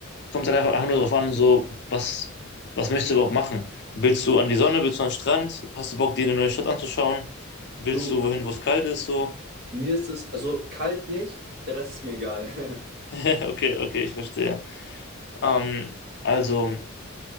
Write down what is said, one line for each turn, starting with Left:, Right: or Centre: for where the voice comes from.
Left: kommt halt einfach, einfach nur darauf an, so, was, was möchtest du überhaupt machen? Willst du an die Sonne?
Right: Ä-
Left: Willst du an den Strand? Hast du Bock, dir eine neue Stadt anzuschauen? Willst
Right: Du,
Left: du wohin, wo es kalt ist? So.
Right: mir ist es, also kalt nicht, der Rest ist mir egal.
Left: <laughs> Okay, okay, ich verstehe. Ähm, also,